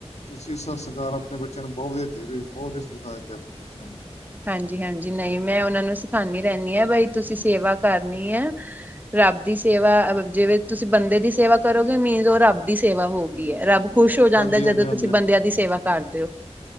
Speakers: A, on the left; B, on the right.
A: ਤੁਸੀਂ ਸੰਸਕਾਰ ਆਪਣੇ ਬੱਚਿਆਂ ਨੂੰ ਬਹੁਤ ਵਧੀਆ ਦਿਤੇ ਬਹੁਤ ਵਧੀਆ ਸੰਸਕਾਰ ਦਿੱਤੇ ਆਪਣੇ ਬੱਚਿਆਂ ਨੂੰ।
B: ਹਾਂਜੀ-ਹਾਂਜੀ, ਨਹੀਂ ਮੈਂ ਉਹਨਾਂ ਨੂੰ ਸਿਖਾਉਂਦੀ ਰਹਿੰਦੀ ਹਾਂ ਬਾਈ ਤੁਸੀਂ ਸੇਵਾ ਕਰਨੀ ਹੈ। ਰੱਬ ਦੀ ਸੇਵਾ ਜਿਵੇਂ ਤੁਸੀਂ ਬੰਦੇ ਦੀ ਸੇਵਾ ਕਰੋਗੇ ਮੀਨਜ਼ ਉਹ ਰੱਬ ਦੀ ਸੇਵਾ ਹੋ ਗਈ ਹੈ ਰੱਬ ਖੁਸ਼ ਹੋ
A: ਹਾਂਜੀ
B: ਜਾਂਦਾ
A: ਹਾਂਜੀ
B: ਜਦੋਂ
A: ਹਾਂਜੀ
B: ਤੁਸੀਂ
A: ਹਾਂਜੀ
B: ਬੰਦਿਆਂ ਦੀ ਸੇਵਾ ਕਰਦੇ ਓ।